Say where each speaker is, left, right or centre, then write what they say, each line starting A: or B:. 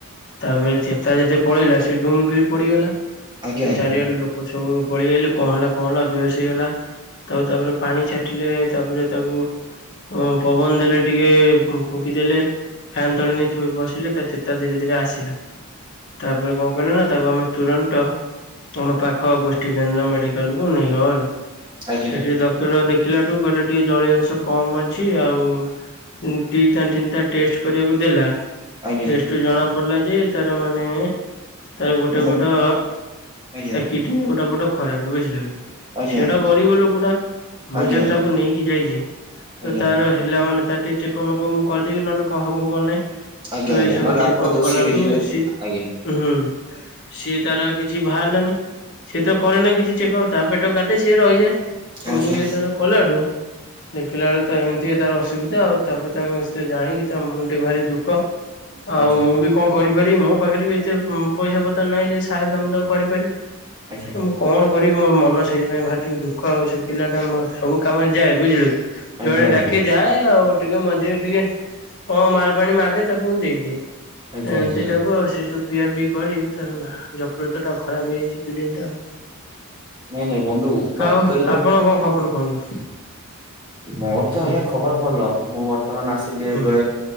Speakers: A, on the left (about 50°); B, on the right (about 20°).
A: ତାପରେ ଚେତା ଯଦି ପଳେଇଲା ସେ ଡୁମ୍ କିରି ପଡିଗଲା।
B: ଆଜ୍ଞା
A: ତ
B: ଆଜ୍ଞା
A: ଚାରିଆଡୁ ଲୋକ ସବୁ ପଳିଆଇଲେ କଣ ହେଲା କଣ ହେଲା ବେହୋସ ହେଇଗଲା ତାପରେ ତାପରେ ପାଣି ଛାଟିଲେ ତାପରେ ତାକୁ ଓ ପବନ ଦେଲେ ଟିକେ ଫୁ-ଫୁଙ୍କିଦେଲେ ଫ୍ୟାନ୍ ତଳେ ନେଇ ଥିବ ବସିଲେ ତା ଚେ ତା ଧୀରେ ଧୀରେ ଆସିଲା ତାପରେ କଣ କଲୁନା ତାକୁ ଆମେ ତୁରନ୍ତ ଆମ ପାଖ ଗୋଷ୍ଠୀ କେନ୍ଦ୍ର ମେଡିକାଲକୁୁ ନେଇଗଲୁ
B: ଆଜ୍ଞା
A: ସେଠି
B: ଆଜ୍ଞା ଆଜ୍ଞା
A: ଡ କ୍ତର ଦେଖିଲାଠୁ କହିଲେ ଟିକେ ଜଳୀଅଂଶ କମ୍ ଅଛି ଆଉ ଉଁ ଦିଇଟା ତିନଟା ଟେଷ୍ଟ୍ କରିବାକୁ ଦେଲା
B: ଆଜ୍ଞା
A: ଟେଷ୍ଟରୁ
B: ଆଜ୍ଞା
A: ଜଣା ପଡିଲା ଯେ ତାର ମାନେ ତାର ଗୋଟେ
B: ମାନେ
A: ପଟ
B: ଆଜ୍ଞା
A: ତା କିଡିନୀ ଗୋଟେ ପଟ ଖରାପ ବୁଝିଲ କି?
B: ଆଜ୍ଞା
A: ସେଟା ଗରିବ ଲୋକଟା ମୁଁ
B: ଆଜ୍ଞା
A: ଯଦି ତାକୁ ନେଇକି ଯାଇଚି ତ
B: ଆଜ୍ଞା
A: ତାର
B: ଆଜ୍ଞା
A: ହେଲା ମାନେ ତାର ଟିକେ ଚେକମ୍ ମେକମ୍ ମୁଁ କରିଦେବି ନହେଲେ କଣ ହବ କଣ ନାଇଁ
B: ଆଜ୍ଞା
A: ତ ଏସବୁ
B: ନହେଲେ
A: ଚେକଅପ୍
B: ଆପଣ ଦୋଷୀ
A: କଲାଠୁ
B: ହେଇଯିବେ
A: ସି
B: ଆଜ୍ଞା
A: ଉଁହୁଁ ସିଏ ତାର କିଛି ଭାହାରଲାନି ସେ ତ କରେନା କିଛି ଚେକପ୍ ତା ପେଟ କା ସିଏ ରହିଯାଏ ଆଉ
B: ଆଜ୍ଞା
A: ମୁଁ ଯେତେବେଳେ କଲାଠୁ ଦେଖିଲା ବେଳୁକୁ ତା ଏମତି ତାର ଅସୁବିଧା ଆଉ ତାପରେ ତା ସେ ଜାଣିକି ତା ମନଟି ଭାରି ଦୁଃଖ ଆଉ
B: ଆଜ୍ଞା
A: ମୁଁ ବି କଣ କରିପାରିବି ମୋ ପାଖରେ ବି ଏତେ ପଇସା ପତ୍ର ନାହିଁ ଯେ ସାହାଯ୍ୟ ମୁଁ ତ କରିପାରିବି,
B: ଆଜ୍ଞା
A: ତ ମୁଁ କଣ କରିବି ମୋ ମନ ସେଇଥିପାଇଁ ଭାରି ଦୁଃଖ ଆଉ ସେ ପିଲାଟା ସବୁ କାମରେ ଯାଏ ବୁଝିଲ କି?
B: ଆଜ୍ଞା
A: ଯୁଆଡେ
B: ଆଜ୍ଞା
A: ଡାକେ ଯାଏ ଆଉ ଟିକେ ମଝିରେ ଟିକେ କଣ ମାଲ୍ ପାଣି ମାଗେ ତାକୁ ମୁଁ ଦେଇଦିଏ।
B: ଆଜ୍ଞା
A: ତ ଏମିତି
B: ଆଜ୍ଞା
A: ଟାକୁ ଆଉ ସେ ସବୁ ପିଆ ପିଇ କରି ତା ଯକୃତ ଟା ଖରାପ ହେଇଯାଇଛି, କିଡିନୀ ଟାଉ।
B: ନାଇଁ ନାଇଁ ବନ୍ଧୁ ପ୍ରକୃତରେ
A: ଆଉ
B: ଯ-
A: ଆପଣ କଣ ଖବର କୁହନ୍ତୁ?
B: ମୋର
A: ହୁଁ
B: ତ ଆଜ୍ଞା ଖବର ଭଲ। ମୁଁ ବର୍ତ୍ତମାନ ଆସିଲି
A: ହୁଁ
B: ଏବେ